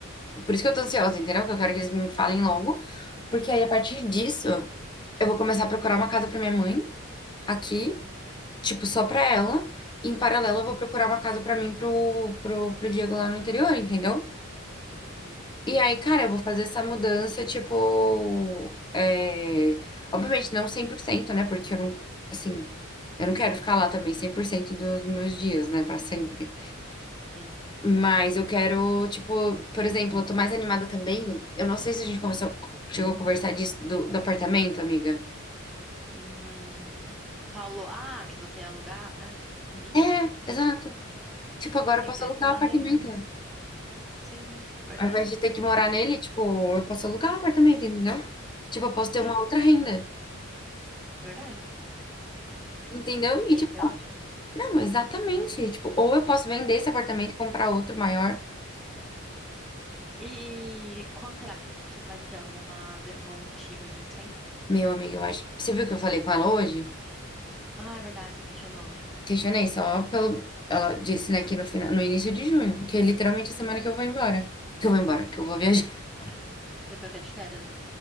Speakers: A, on the left (about 20°); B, in the centre.
A: por isso que eu tô ansiosa, entendeu? Que eu quero que eles me falem logo. Porque aí a partir disso, eu vou começar a procurar uma casa pra minha mãe aqui,
B: Uhum,
A: tipo, só pra ela. E em paralelo, eu vou procurar uma casa pra mim pro, pro, pro Diego lá no interior, entendeu?
B: uhum,
A: E aí, cara, eu vou fazer essa mudança, tipo, é... obviamente não cem por cento né? Porque eu não, assim, eu não quero ficar lá também 100% dos meus dias, né, Pra sempre.
B: sim.
A: Mas eu quero, tipo, por exemplo, eu tô mais animada também. Eu não sei se a gente conversou, chegou a conversar disso do, do apartamento, amiga.
B: Hum, falou, ah, que você ia alugar, né? É isso?
A: É, exato. Tipo, agora
B: Sim,
A: eu posso
B: precisa
A: alugar
B: ter uma
A: o apartamento.
B: renda. Sim, verdade.
A: Ao invés de ter que morar nele, tipo, eu posso alugar o apartamento, entendeu? Tipo, eu posso
B: Sim,
A: ter uma outra renda,
B: verdade.
A: entendeu? E,
B: Ia
A: tipo,
B: ser ótimo.
A: Não, exatamente. Tipo, ou eu posso vender esse apartamento e comprar outro maior.
B: E quando será que que vai ter alguma devolutiva disso, hein?
A: Meu amigo, eu acho. Você viu que eu falei com ela hoje?
B: Ah, é verdade, você questionou, né?
A: Questionei só pelo. Ela disse, né, que no final, no início de junho, que é literalmente a semana que eu vou embora. Que eu vou embora, que eu vou viajar. <laughs>
B: Você vai estar de férias, né?